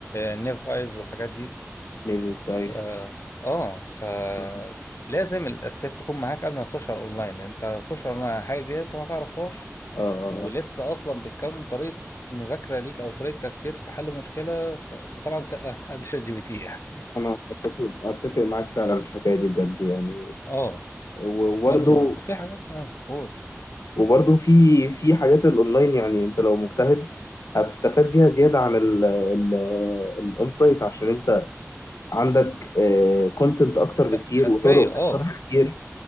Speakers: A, on the left; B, on the left.
A: نيف وايز والحاجات دي
B: نيفيس اي
A: ف اه ف
B: آه
A: لازم الاساسيات تكون معاك قبل ما تخش على الاونلاين انت هتخش على الاونلاين على حاجه جديده انت ما تعرفهاش
B: آه،
A: ولسه
B: آه.
A: اصلا بتكون طريقه مذاكره ليك او طريقه تفكير في حل مشكله ف... ده طبعا ك... <laughs> آه، قبل شات جي بي تي يعني
B: انا اتفق اتفق معاك فعلا في الحكايه دي بجد يعني
A: <laughs> اه
B: وبرده
A: بس وفي حاجات اه قول
B: وبرده في في حاجات للاونلاين يعني انت لو مجتهد هتستفاد بيها زياده عن ال ال الاون سايت عشان انت عندك كونتنت اكتر
A: خ-
B: بكتير
A: خلفيه
B: وطرق
A: اه
B: شرح كتير